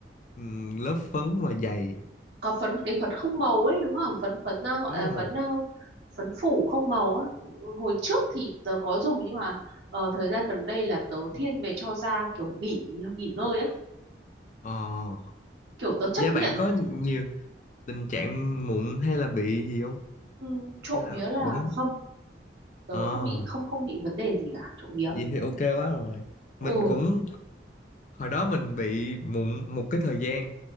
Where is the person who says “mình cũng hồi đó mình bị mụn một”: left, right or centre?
Left